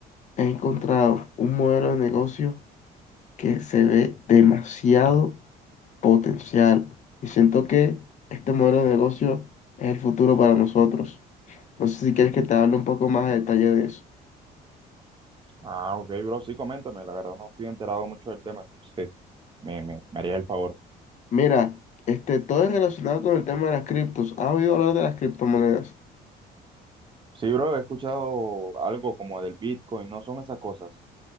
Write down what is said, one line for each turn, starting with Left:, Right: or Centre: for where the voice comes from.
Left: he encontrado un modelo de negocio que se ve demasiado potencial. Y siento que este modelo de negocio es el futuro para nosotros. No sé si quieres que te hable un poco más a detalle de eso.
Right: Ah, ok, bro, sí, coméntame, la verdad no estoy enterado mucho del tema, entonces me, me, me haría el favor.
Left: Mira, este, todo es relacionado con el tema de las criptos. ¿Has oído hablar de las criptomonedas?
Right: Sí, bro, he escuchado algo como del Bitcoin, no son esas cosas.